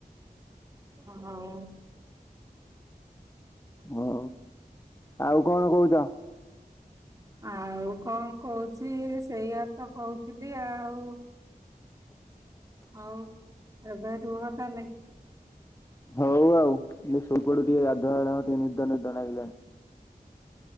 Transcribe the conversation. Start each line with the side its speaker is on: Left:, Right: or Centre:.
Right: ହଉ
Left: ହଉ ଆଉ କଣ କହୁଚ।
Right: ଆଉ କଣ କହୁଚି ସେଇଆ ତ କହୁଥିଲି ଆଉ।
Left: <inaudible>
Right: ଆଉ ଏବେ ରୁହ ତାହାଲେ।
Left: ହଉ ଆଉ ମୁଁ ସୋଇପଡେ଼ ଟିକେ ଗାଧୁଆ <inaudible> ଟିକେ ନିଦ ନିଦ ଲାଗିଲା।